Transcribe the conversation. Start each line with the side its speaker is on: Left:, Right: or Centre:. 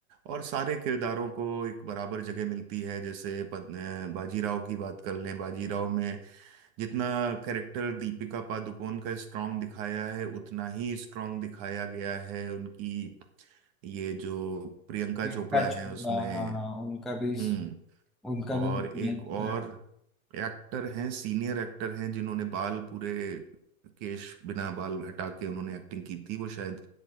Right: और सारे किरदारों को एक बराबर जगह मिलती है जैसे पद- अ, बाजीराव की बात कर लें बाजीराव में जितना कैरेक्टर दीपिका पादुकोण का स्ट्रांग दिखाया है उतना ही स्ट्रांग दिखाया गया है उनकी ये जो प्रियंका
Centre: कि
Right: चोपड़ा
Centre: उनका छोड़ा,
Right: है उसमें
Centre: हाँ, हाँ, उनका
Right: हम्म
Centre: भी उनका भी
Right: और
Centre: नहीं
Right: एक
Centre: होता
Right: और
Centre: है
Right: एक्टर हैं सीनियर एक्टर हैं जिन्होंने बाल पूरे केश बिना बाल हटा के उन्होंने एक्टिंग की थी वो शायद